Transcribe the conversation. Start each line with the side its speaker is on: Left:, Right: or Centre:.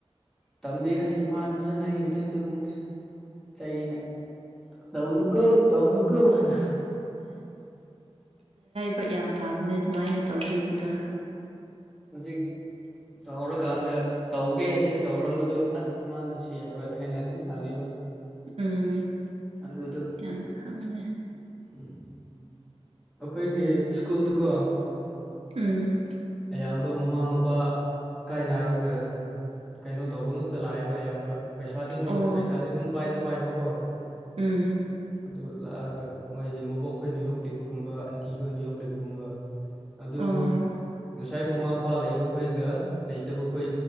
Centre: ꯇꯝꯕꯤꯔꯦ ꯏꯃꯥꯅ ꯐꯖꯅ ꯑꯩꯕꯨꯗꯤ ꯑꯗꯨꯒꯨꯝꯗꯦ ꯆꯩꯅ ꯇꯧꯅꯨꯀꯣ ꯇꯧꯅꯨꯀꯣ ꯍꯥꯏꯅ
Right: ꯄꯠ ꯌꯥꯝ ꯐꯕꯅꯦ ꯑꯗꯨꯃꯥꯏꯅ ꯇꯧꯕꯤꯕꯗꯣ꯫
Centre: ꯍꯧꯖꯤꯛ ꯆꯥꯎꯔꯀꯥꯟꯗ ꯇꯧꯒꯦ ꯍꯥꯏꯅ ꯇꯧꯔꯝꯕꯗꯨ ꯑ ꯏꯃꯥꯅ ꯁꯤ ꯌꯥꯔꯣꯏ ꯍꯥꯏꯅ ꯑꯗꯨꯝ ꯍꯜꯂꯦꯕ꯫
Right: ꯎꯝ
Centre: ꯑꯗꯨꯗꯣ
Right: ꯌꯥꯝ ꯐꯕꯅꯦ꯫
Centre: ꯎꯝ ꯑꯩꯈꯣꯏꯒꯤ ꯁ꯭ꯀꯨꯜꯗꯨꯀꯣ
Right: ꯎꯝ꯫
Centre: ꯑꯌꯥꯝꯕ ꯃꯃꯥ ꯃꯄꯥ ꯀꯥꯏ ꯅꯥꯔꯒ ꯀꯩꯅꯣ ꯇꯧꯕ ꯉꯛꯇ ꯂꯥꯛꯏꯕ ꯑꯌꯥꯝꯕ꯫ ꯄꯩꯁꯥꯗꯤ ꯃꯣꯏꯁꯨ
Right: ꯑꯣ
Centre: ꯄꯩꯁꯥꯗꯤ ꯑꯗꯨꯝ ꯄꯥꯏꯗꯤ ꯄꯥꯏꯕꯀꯣ
Right: ꯎꯝ
Centre: ꯑꯗꯨ ꯂꯥꯛꯑꯒ ꯃꯣꯏꯒꯤ ꯃꯣꯕꯣꯛ ꯈꯣꯏꯅ ꯌꯣꯛꯂꯤꯕꯒꯨꯝꯕ ꯑꯟꯇꯤ ꯈꯣꯏꯅ ꯌꯣꯛꯂꯤꯕꯒꯨꯝꯕ ꯑꯗꯨ
Right: ꯎꯝ꯫
Centre: ꯉꯁꯥꯏ ꯃꯃꯥ ꯃꯄꯥ ꯂꯩꯕ ꯈꯣꯏꯒ ꯂꯩꯇꯕ ꯈꯣꯏ